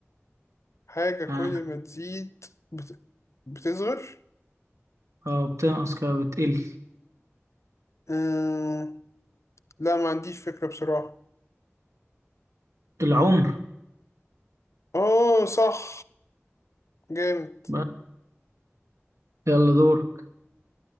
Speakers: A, on the left; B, on the right.
A: حاجة كل
B: ها
A: ما تزيد بت... بتصغر
B: اه بتنقص كده بتقل
A: أمم... لا ما عنديش فكرة بصراحة
B: العمر
A: أوه صح جامد
B: بقى يلا دورك